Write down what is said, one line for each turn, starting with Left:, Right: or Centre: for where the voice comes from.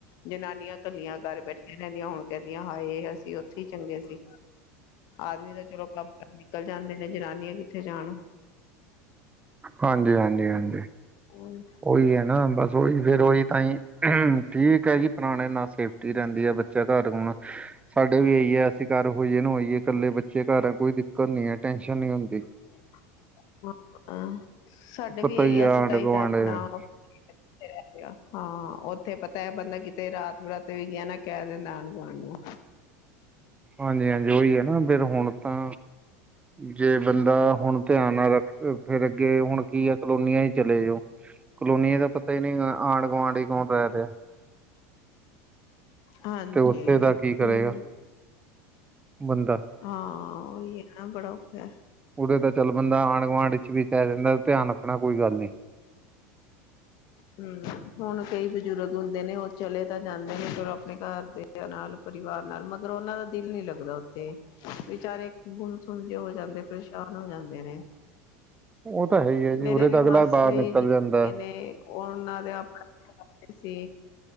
Left: ਜਨਾਨੀਆਂ ਕੱਲੀਆਂ ਘਰ ਬੈਠੀਆਂ ਰਹਿੰਦੀਆਂ ਹੁਣ ਕੈਂਦੀਆਂ ਹਾਏ ਅਸੀਂ ਓਥੇ ਈ ਚੰਗੇ ਸੀ। ਆਦਮੀ ਤਾਂ ਚਲੋ ਕੰਮ-ਕਾਰ ਨਿਕਲ ਜਾਂਦੇ ਨੇ ਜਨਾਨੀਆਂ ਕਿੱਥੇ ਜਾਨ।
Right: ਹਾਂਜੀ-ਹਾਂਜੀ, ਹਾਂਜੀ।
Left: ਔਰ
Right: ਉਈ ਐ ਨਾ, ਬਸ ਓਈ ਫੇਰ ਓਈ ਤਾਂ ਈ, ਠੀਕ ਐ ਜੀ ਪੁਰਾਣੇ ਨਾਲ ਸੇਫ ਟੀ ਰੈਂਦੀ ਐ ਬੱਚਾ ਘਰ ਹੋਣ ਸਾਡੇ ਵੀ ਏਈ ਐ, ਅਸੀਂ ਘਰ ਹੋਈਐ ਨ ਹੋਈਐ ਕੱਲੇ ਬੱਚੇ ਘਰ ਕੋਈ ਦਿੱਕਤ ਨੀ ਐ, ਟੈਨਸ਼ਨ ਨੀ ਹੁੰਦੀ।
Left: <unintelligible> ਸਾਡੇ਼
Right: ਪਤਾ
Left: ਵੀ ਏਈ
Right: ਹੀ
Left: ਐ,
Right: ਆ
Left: ਅਸੀਂ
Right: ਆਂਢ
Left: ਤਾਂ ਈ
Right: ਗੁਆਂਢ
Left: ਤੇ ਆਪਨਾ
Right: <inaudible>
Left: ਏਥੇ ਰੈਨੇ ਆਂ, ਹਾਂ ਓਥੇ ਪਤਾ ਐ ਬੰਦਾ ਕਿਤੇ ਰਾਤ-ਬਰਾਤੇ ਵੀ ਗਯਾ ਨਾ ਕੈ ਦੇਂਦਾ ਆਂਢ-ਗੁਆਂਢ ਨੂੰ।
Right: ਹਾਂਜੀ-ਹਾਂਜੀ ਓਈ ਐ ਨਾ ਫੇਰ ਹੁਣ ਤਾਂ ਜੇ ਬੰਦਾ ਹੁਨ ਧਿਆਨ ਨਾ ਰੱਖ ਫੇਰ ਅੱਗੇ ਹੁਨ ਕਿ ਆ ਕਲੋਨੀਆਂ 'ਚ ਚਲੇ ਜੋ ਕਲੋਨੀਆ ਦਾ ਪਤਾ ਈ ਨੀ ਹੈਗਾ ਆਂਢ -ਗੁਆਂਢ 'ਚ ਕੌਣ ਰੈ ਰੇਆ?
Left: ਹਾਂਜੀ
Right: ਤੇ ਓਥੇ ਦਾ ਕੀ ਕਰੇਗਾ,
Left: ਹੂੰ
Right: ਬੰਦਾ?
Left: ਹਾਂ ਓਈ ਐ ਨਾ ਬੜਾ ਔਖਾ ਐ।
Right: ਉਰੇ ਤਾਂ ਚੱਲ ਬੰਦਾ ਆਂਢ-ਗੁਆਂਢ 'ਚ ਵੀ ਕੈ ਦੇਂਦਾ ਧਿਆਨ ਰੱਖਣਾ ਕੋਈ ਗੱਲ ਨੀ।
Left: ਹੂੰ, ਹੁਨ ਕਈ ਬੁਜ਼ੁਰਗ ਹੁੰਦੇ ਨੇ ਓ ਚਲੇ ਤਾਂ ਜਾਂਦੇ ਨੇ <unintelligible> ਆਪਨੇ ਘਰ ਦੇ ਬੰਦੇਆਂ ਨਾਲ, ਪਰਿਵਾਰ ਨਾਲ ਮਗਰ ਓਨਾਂ ਦਾ ਦਿਲ ਨੀ ਲੱਗ ਦਾ ਓਥੇ ਵਿਚਾਰੇ ਗੁੰਮਸੁਮ ਜੇ ਹੋ ਜਾਂਦੇ ਪਰੇਸ਼ਾਨ ਹੋ ਜਾਂਦੇ ਨੇ।
Right: ਉਹ ਤਾਂ ਹੈ ਹੀ ਹੈ ਜੀ
Left: ਮੇਰੇ
Right: ਉਰੇ
Left: ਵੀ
Right: ਤਾਂ
Left: ਮਾਸੀ
Right: ਅਗਲਾ ਬਾਹਰ ਨਿਕਲ
Left: ਜੀ ਹੈਗੇ
Right: ਜਾਂਦਾ ਹੈ।
Left: ਨੇ ਓ ਓਨਾਂ ਦੇ ਆਪ <unintelligible> ਸੀ।